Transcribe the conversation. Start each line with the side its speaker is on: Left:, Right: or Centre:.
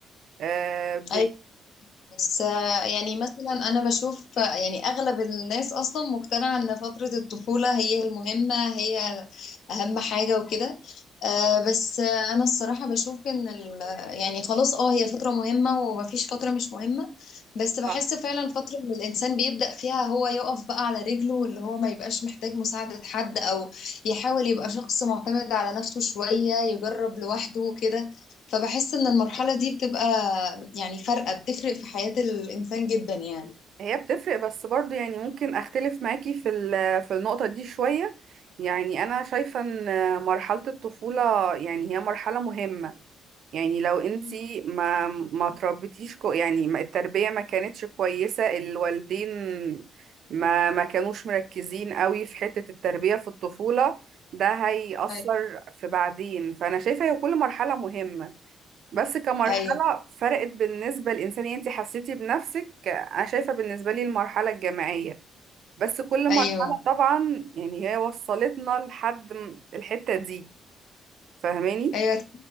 Right: آه، بعيد
Left: ايوه بس آه، يعني مثلا انا بشوف آه، يعني اغلب الناس اصلا مقتنعه ان فتره الطفوله هي المهمه هي اهم حاجه وكده آه، بس آه، انا الصراحه بشوف ان ال- يعني خلاص اه هي فتره مهمه ومفيش فتره مش مهمه بس بحس
Right: صح
Left: فعلا فتره اللي الانسان بيبدا فيها هو يقف بقى على رجله واللي هو ما يبقاش محتاج مساعده حد او يحاول يبقى شخص معتمد على نفسه شويه يجرب لوحده وكده فبحس ان المرحلة دي بتبقى يعني فارقة بتفرق في حياة الانسان جدا يعني
Right: هي بتفرق بس برضو يعني ممكن اختلف معاكي في ال- في النقطة دي شوية يعني انا شايفة ان مرحلة الطفولة يعني هي مرحلة مهمة يعني لو انتي
Left: مم.
Right: ما ما تربيتيش كو يعني ما التربية ما كانتش كويسة الوالدين ما ما كانوش مركزين قوي في حتة التربية في الطفولة ده هيأثر
Left: ايوه
Right: في بعدين فأنا شايفة هي كل مرحلة مهمة بس كمرحلة
Left: ايوه
Right: فرقت بالنسبة للإنسان يعني انتي حسيتي بنفسك أنا شايفة بالنسبة لي المرحلة الجامعية بس كل
Left: ايوه
Right: مرحلة طبعا يعني هي وصلتنا لحد م- الحتة دي فاهماني؟
Left: ايوه